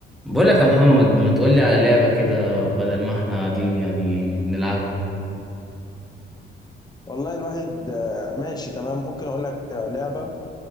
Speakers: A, in the centre; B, on the left (about 20°).
A: بقولك يا محمد ما تقولي على لعبة كده بدل ما احنا قاعدين يعني نلعبها
B: والله الواحد آه، ماشي تمام ممكن اقول لك آه، لعبه